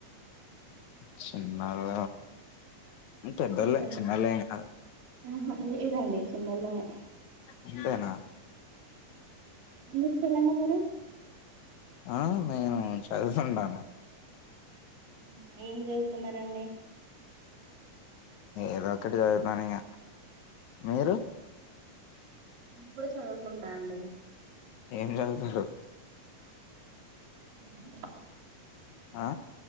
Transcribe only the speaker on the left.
చిన్నోళ అంతే పెద్దోళ్ళే
చిన్నోళ్ళు ఏం కాదు
అంతేనా
ఆ నేను చదువుతుంటాను
ఏదో ఒకటి చదువుతాను ఇగ మీరు
ఏం చదువుతారు
ఆ